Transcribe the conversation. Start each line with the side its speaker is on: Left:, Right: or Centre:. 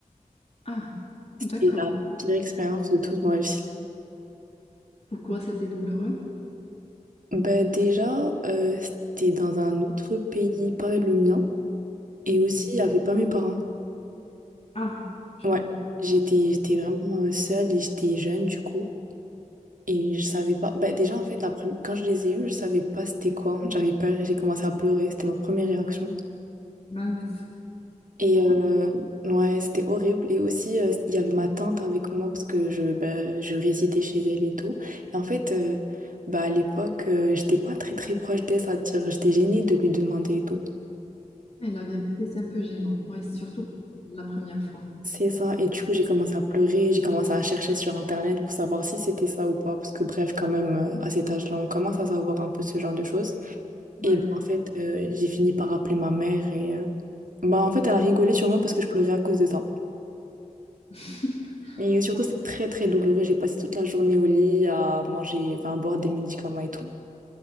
Left: Ah, d'accord.
Right: C'était la pire expérience de toute ma vie.
Left: pourquoi c'était douloureux.
Right: Bah déjà, euh, c'était dans un autre pays, pas le mien, et aussi
Left: Donc,
Right: il pas mes parents.
Left: ah, je
Right: Ouais,
Left: comprends.
Right: j'étais j'étais vraiment euh, seule et j'étais jeune du coup, et je savais pas. Bah déjà en fait, la première quand je les ai eus, je savais pas c'était quoi. J'avais peur, et j'ai commencé à pleurer, c'était ma première réaction.
Left: Mince.
Right: Et euh, ouais, c'était horrible. Et aussi euh, il y avait ma tante avec moi parce que je bah, je résidais chez elle et tout. Et en fait, euh, bah à l'époque, euh, j'étais pas très très proche d'elle, c'est-à-dire j'étais gênée de lui demander et tout.
Left: Et la vérité, c'est un peu gênant. Ouais, surtout la première fois.
Right: C'est ça. Et du coup, j'ai commencé à pleurer, j'ai commencé à chercher sur Internet pour savoir si c'était ça ou pas. Parce que bref, quand même, euh, à cet âge-là, on commence à savoir un peu ce genre de choses.
Left: Ouais.
Right: Et ben, en fait, euh, j'ai fini par appeler ma mère et euh, bah, en fait, elle a rigolé sur moi parce que je pleurais à cause de ça.
Left: <laughs>
Right: Et surtout,
Left: Ah,
Right: c'est très très douloureux. J'ai passé toute la journée au lit à manger, enfin à boire des médicaments et tout.